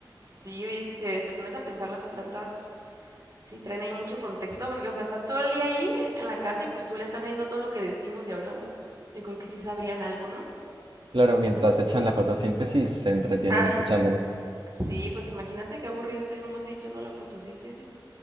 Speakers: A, on the right (about 50°); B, on the right (about 80°).
A: sí, oye, si te, te pones a pensar las plantas, sí traen ahí mucho contexto, porque, o sea, están todo el día ahí en la casa y pues tú le están viendo todo lo que decimos y hablamos. Yo creo que sí sabrían algo, ¿no?
B: Claro, mientras echan la fotosíntesis se entretienen
A: Ah,
B: escuchándonos.
A: sí, pues imagínate qué aburrido estar ahí nomás ahí echando la fotosíntesis.